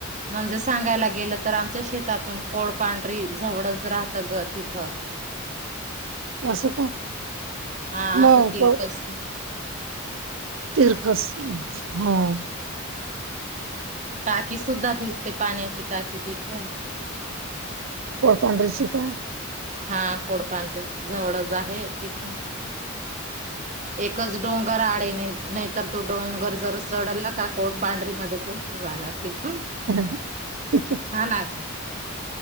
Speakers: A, on the right (about 35°); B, on the right (about 65°).
A: म्हणजे सांगायला गेल तर आमच्या शेतातून कोडपांढरी जवळच राहतं ग तिथ.
B: असं का
A: हा
B: मग
A: आता तीरकस.
B: तीरकस हां.
A: टाकी सुद्धा दिसते पाण्याची टाकी तिथून.
B: कोळ <unintelligible> शिका
A: हा कोडपांढरी ते जवळच आहे तिथून. एकच डोंगर आडय नाही नाही. तर तो डोंगर जर चढला का कोडपांडरीमध्ये पोहचून झाला तीथुन.
B: <inaudible>
A: हां ना